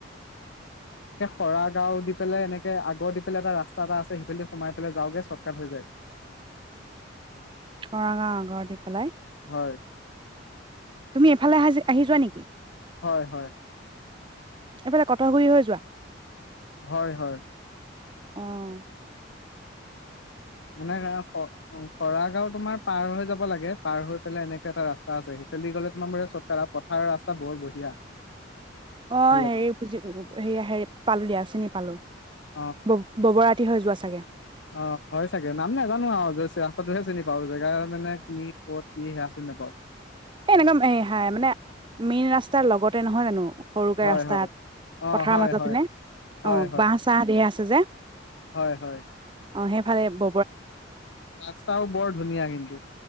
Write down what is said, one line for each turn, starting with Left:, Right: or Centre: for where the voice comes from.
Left: তৰা গাঁও দি পেলাই এনেকে আগৰ দি পেলাই এটা ৰাস্তা এটা আছে সিফালি সোমাই পেলাই যাওঁগে চৰ্টকাট হৈ যায়
Right: তৰা গাঁও আগৰ দি পেলাই
Left: হয়
Right: এফালে আহা যে আহি যোৱা নেকি
Left: হয় হয়
Right: এইফালে কঠ ঘুৰী হৈ যোৱা
Left: হয় হয়
Right: আহ
Left: মানে তৰা গাঁও তোমাৰ পাৰ হৈ যাব লাগে পাৰ হৈ পেলাই এনেকে এটা ৰাস্তা আছে সেইফালেদি গ'লে তোমাৰ এই চৰ্টকাট পথাৰ ৰাস্তা বৰ বঢ়িয়া।
Right: অ
Left: ভাল লাগে
Right: হেৰি বুজি হেৰি হে পালো দিয়া চিনি পালো
Left: অ
Right: ব ববৰাতি হৈ যোৱা চাগে
Left: অ হয় চাগে নাম নাজানো আৰু ৰাস্তাটোহে চিনি পাওঁ জেগাৰ মানে কি ক'ত কি সেয়া চিনি নাপাওঁ
Right: এ এনেকুৱা হ হাই মানে মেইন ৰাস্তাৰ লগতে নহয় জানো সৰুকে
Left: হয়
Right: ৰাস্তাত
Left: হয় অ
Right: পথাৰৰ
Left: হয়
Right: মাজেৰ
Left: হয়
Right: পিনে
Left: হয়
Right: অ বাঁহ চাহ ধেৰ আছে যে
Left: হয় হয়
Right: অ সেইফালে ব
Left: ৰাস্তাও বৰ ধুনীয়া কিন্তু